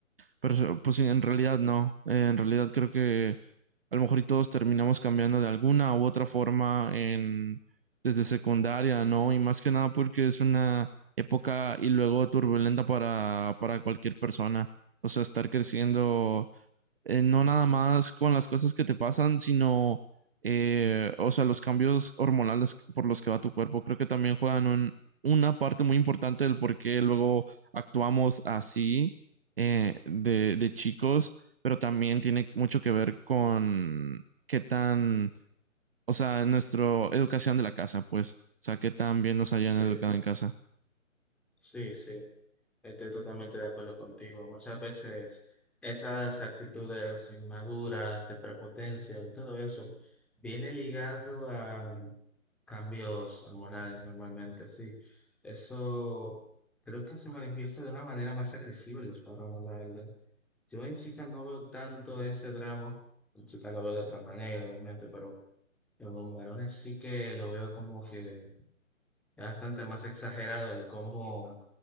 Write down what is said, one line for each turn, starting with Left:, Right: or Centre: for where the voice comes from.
Right: Pero so, pues sí, en realidad no. Eh, en realidad creo que a lo mejor y todos terminamos cambiando de alguna u otra forma en desde secundaria, ¿no? Y más que nada porque es una época y luego turbulenta para, para cualquier persona. O sea, estar creciendo eh, no nada más con las cosas que te pasan, sino, eh, o sea, los cambios hormonales por los que va tu cuerpo. Creo que también juegan un- una parte muy importante del por qué luego actuamos así eh, de, de chicos, pero también tiene mucho que ver con qué tan, o sea, nuestra educación de la casa, pues, o sea, qué tan bien nos hayan
Centre: Sí.
Right: educado en casa.
Centre: Sí, sí, estoy totalmente de acuerdo contigo. Muchas veces esas actitudes inmaduras, de prepotencia y todo eso, viene ligado a cambios hormonales normalmente, sí. Eso creo que se manifiesta de una manera más agresiva en los varones, la verdad. Yo en chicas no veo tanto ese drama, en chicas lo veo de otra manera, obviamente, pero en los varones sí que lo veo como que... Es bastante más exagerado el cómo